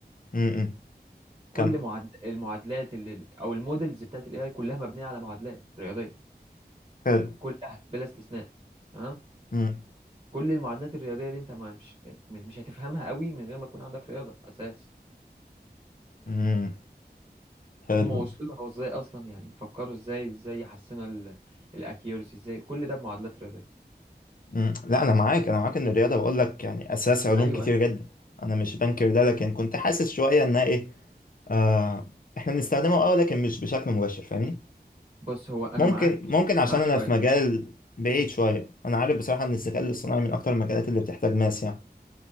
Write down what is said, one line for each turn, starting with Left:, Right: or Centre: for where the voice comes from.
Left: مم. مم.
Right: كل
Left: كم
Right: معد... المعادلات اللي... او المودلز بتاعت الاي اي كلها مبنيه على معادلات رياضيه
Left: حلو
Right: كلها بلا استثناء تمام
Left: مم.
Right: كل المعادلات الرياضيه دي انت ما مش م- مش هتفهمها قوي من غير ما يكون عندك رياضه اساس
Left: امم حلو
Right: هم وصلوا
Left: ده
Right: لها ازاي اصلا يعني فكروا ازاي ازاي يحسنوا الاكيورسي ازاي كل ده بمعادلات رياضيه
Left: مم. لا انا معاك انا معاك ان الرياضه بقول لك يعني اساس علوم
Right: ايوه
Left: كتير جدا انا مش بنكر ده لكن كنت حاسس شويه انها ايه آه احنا بنستخدمه اه لكن مش بشكل مباشر فاهمني
Right: بص هو انا
Left: ممكن
Right: معاك
Left: ممكن
Right: شو-
Left: عشان
Right: معاك
Left: انا
Right: شويه
Left: في مجال بعيد شويه انا عارف بصراحه ان الذكاء الاصطناعي من اكتر المجالات اللي بتحتاج ماس يعني